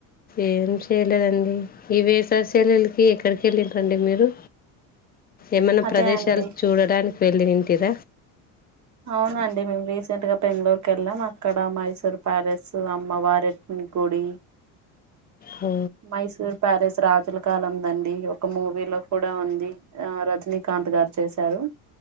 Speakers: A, on the left; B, on the right.
A: ఏం చేయలేదండి ఈ వేసవిసేలవులకి ఎక్కడికి ఎళ్ళిరండి మీరు ఏమన్న
B: అదే
A: ప్రదేశాలు
B: అండి
A: చూడడానికి వెళ్ళి ఇంటిర
B: అవునండి మేము రీసెంట్ గా బెంగళూరుకి ఎళ్ళాం అక్కడ మైసూర్ ప్యాలెస్ అమ్మవారి గుడి
A: ఊ
B: మైసూర్ ప్యాలెస్ రాజుల కాలందండి ఒక మూవీలో కూడా ఉంది ఆ రజనీకాంత్ గారు చేశారు